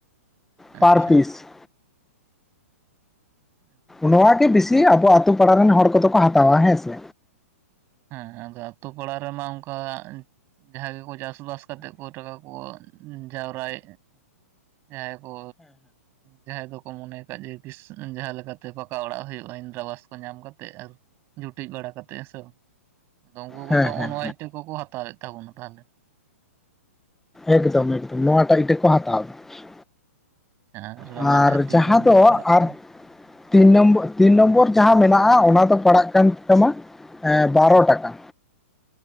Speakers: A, on the right (about 25°); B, in the centre.
A: ᱟᱪᱪᱷᱟ
B: ᱯᱟᱨ ᱯᱤᱥ
A: ᱟᱪᱪᱷᱟ
B: ᱱᱚᱶᱟ ᱜᱮ ᱵᱤᱥᱤ ᱟᱵᱚ ᱟᱛᱳ ᱯᱟᱲᱟ ᱨᱮᱱ ᱦᱚᱲ ᱠᱚᱫᱚ ᱠᱚ ᱦᱟᱛᱟᱣᱟ ᱦᱮᱸᱥᱮ᱾
A: ᱦᱮᱸ ᱟᱫᱚ ᱟᱛᱳ ᱯᱟᱲᱟ ᱨᱮᱢᱟ ᱚᱱᱠᱟ ᱡᱟᱸᱦᱟᱸ ᱜᱮᱠᱚ ᱪᱟᱥ ᱵᱟᱥ ᱠᱟᱛᱮᱜ ᱠᱚ ᱴᱟᱠᱟ ᱠᱚ ᱡᱟᱣᱨᱟᱭ ᱡᱟᱦᱟᱸᱭ ᱠᱚ, ᱡᱟᱸᱦᱟᱸᱭ ᱠᱚᱠᱚ ᱢᱚᱱᱮ ᱟᱠᱟᱫ ᱡᱮ ᱤᱥ ᱡᱟᱦᱟᱸ ᱞᱮᱠᱟᱛᱮ ᱯᱟᱠᱟ ᱚᱲᱟᱜ ᱦᱩᱭᱩᱜᱼᱟ, ᱤᱱᱫᱨᱟ ᱟᱵᱟᱥ ᱠᱚ ᱧᱟᱢ ᱠᱟᱛᱮᱜ ᱟᱨ ᱡᱩᱴᱤᱡ ᱵᱟᱲᱟ ᱠᱟᱛᱮᱜ ᱦᱮᱸ ᱥᱮ ᱵᱟᱝ, ᱟᱫᱚ ᱩᱱᱠᱩ ᱠᱚᱫᱚ
B: ᱦᱮᱸ
A: ᱱᱚᱜ-ᱚ
B: ᱦᱮᱸ
A: ᱱᱚᱣᱟ ᱤᱴᱟᱹ ᱠᱚᱠᱚ ᱦᱟᱛᱟᱣᱮᱫ ᱛᱟᱵᱚᱱᱟ ᱛᱟᱦᱚᱞᱮ᱾
B: ᱮᱠᱫᱚᱢ ᱮᱠᱫᱚᱢ ᱱᱚᱣᱟ ᱴᱟᱜ ᱤᱴᱟᱹ ᱠᱚ ᱦᱟᱛᱟᱣ ᱮᱫᱟ᱾
A: <unintelligible> ᱟᱨ
B: ᱟᱨ
A: ᱚᱱᱟ ᱛᱤᱱ
B: ᱡᱟᱦᱟᱸ
A: ᱱᱚᱢᱵᱚᱨ
B: ᱫᱚ
A: ᱯᱟᱲᱟᱜ ᱠᱟᱱᱟ
B: ᱟᱨ ᱛᱤᱱ ᱱᱚᱢᱵᱚᱨ ᱛᱤᱱ ᱱᱚᱢᱵᱚᱨ ᱡᱟᱦᱟᱸ ᱢᱮᱱᱟᱜᱼᱟ, ᱚᱱᱟ ᱫᱚ ᱯᱟᱲᱟᱜ ᱠᱟᱱ ᱛᱟᱢᱟ ᱵᱟᱨᱚ
A: ᱦᱩᱸ
B: ᱴᱟᱠᱟ᱾